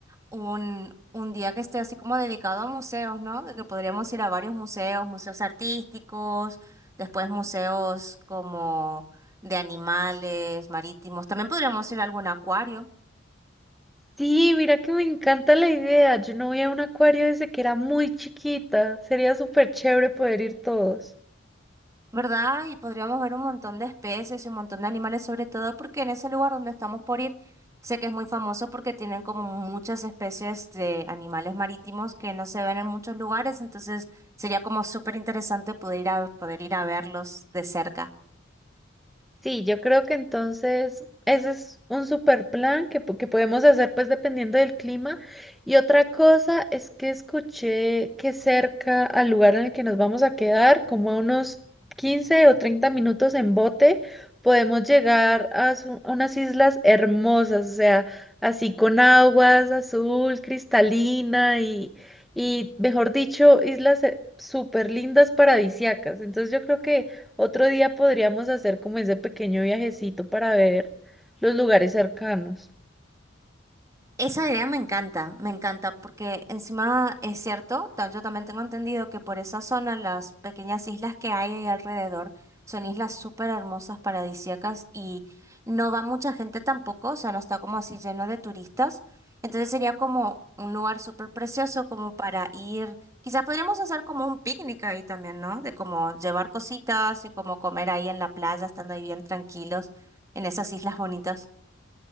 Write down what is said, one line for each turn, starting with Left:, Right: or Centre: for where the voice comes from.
Right: un, un día que esté así como dedicado a museos, ¿no? De que podríamos ir a varios museos, museos artísticos, después museos como de animales, marítimos. También podríamos ir a algún acuario.
Centre: Sí, mira que me encanta la idea. Yo no voy a un acuario desde que era muy chiquita. Sería súper chévere poder ir todos.
Right: ¿verdad? Y podríamos ver un montón de especies y un montón de animales, sobre todo porque en ese lugar donde estamos por ir, sé que es muy famoso porque tienen como muchas especies de animales marítimos que no se ven en muchos lugares, entonces sería como súper interesante poder ir a, poder ir a verlos de cerca.
Centre: Sí, yo creo que entonces ese es un super plan que, po- que podemos hacer pues dependiendo del clima. Y otra cosa es que escuché que cerca al lugar en el que nos vamos a quedar, como a unos 15 o 30 minutos en bote, podemos llegar a, su- a unas islas hermosas, o sea, así con aguas azul, cristalina y, y mejor dicho, islas eh, súper lindas paradisiacas. Entonces yo creo que... Otro día podríamos hacer como ese pequeño viajecito para ver los lugares cercanos.
Right: Esa idea me encanta, me encanta, porque encima es cierto, ta- yo también tengo entendido que por esa zona las pequeñas islas que hay ahí alrededor son islas súper hermosas, paradisíacas y no va mucha gente tampoco, o sea, no está como así lleno de turistas. Entonces sería como un lugar súper precioso como para ir, quizás podríamos hacer como un picnic ahí también, ¿no? De como llevar cositas y como comer ahí en la playa, estando ahí bien tranquilos en esas islas bonitas.